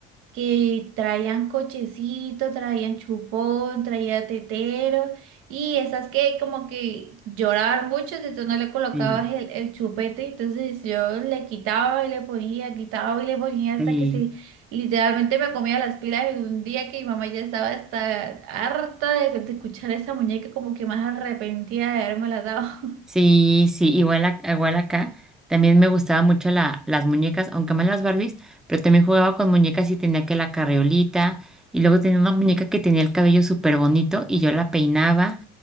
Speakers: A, on the right; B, in the centre.
A: que traían cochecito, traían chupón, traía tetero y esas que como que lloraban mucho, entonces no le colocabas
B: Sí,
A: el, el chupete, entonces yo le quitaba y le ponía, quitaba y le ponía hasta
B: sí.
A: que se literalmente me comía las pilas en un día que mi mamá ya estaba hasta harta de, de escuchar a esa muñeca como que más arrepentida de haberme la dado.
B: Sí, sí, igual, ac- igual acá. También me gustaba mucho la, las muñecas, aunque más las Barbies, pero también jugaba con muñecas y tenía que la carriolita. Y luego tenía una muñeca que tenía el cabello súper bonito y yo la peinaba.